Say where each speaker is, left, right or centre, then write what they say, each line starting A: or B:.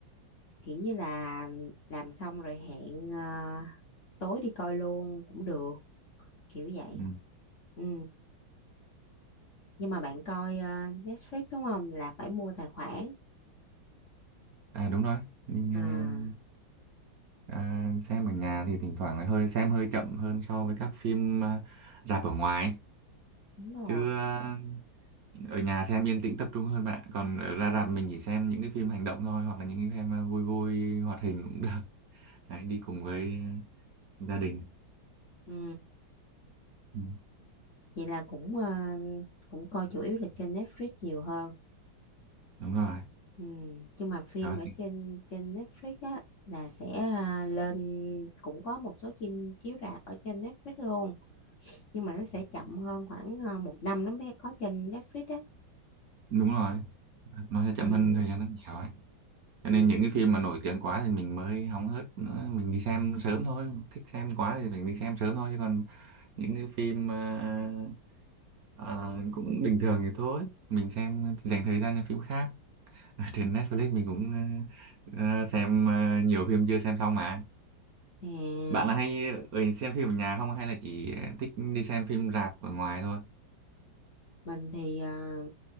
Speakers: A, on the left (about 50°); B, on the right (about 55°).
A: kiểu như là làm xong rồi hẹn ờ, tối đi coi luôn cũng được kiểu vậy
B: Ừ.
A: ừ. Nhưng mà bạn coi ờ, Netflix đúng không là phải mua tài khoản
B: À đúng rồi, mình
A: à
B: ờ, à, xem ở nhà thì thỉnh thoảng lại hơi xem hơi chậm hơn so với các phim ờ, rạp ở ngoài.
A: đúng rồi
B: Chứ ờ, ở nhà xem yên tĩnh tập trung hơn bạn. ạ. Còn ở ra rạp mình chỉ xem những cái phim hành động thôi hoặc là những cái phim ờ, vui vui hoạt hình cũng được. <laughs> Đấy, đi cùng với ờ, gia đình.
A: ừ.
B: Ừ.
A: Vậy là cũng ờ, cũng coi chủ yếu là trên Netflix nhiều hơn
B: Đúng rồi,
A: ừ. Nhưng mà phim
B: đó,
A: ở trên trên Netflix á là sẽ ờ, lên cũng có một số phim chiếu rạp ở trên Netflix luôn nhưng mà nó sẽ chậm hơn khoảng ờ, một năm nó mới có trên Netflix á
B: đúng rồi. Nó sẽ chậm
A: ừ
B: hơn thời gian rất nhiều ấy. cho
A: ừ
B: nên những cái phim mà nổi tiếng quá thì mình mới hóng hớt nữa mình đi xem sớm thôi thích xem quá thì mình đi xem sớm thôi chứ còn những cái phim ờ, ờ, cũng bình thường thì thôi mình xem dành thời gian cho phim khác ở trên Netflix mình cũng ờ, ờ, xem ờ, nhiều phim chưa xem xong mà
A: à
B: bạn là hay ở xem phim ở nhà không hay là chỉ thích đi xem phim rạp ở ngoài thôi
A: mình thì ờ,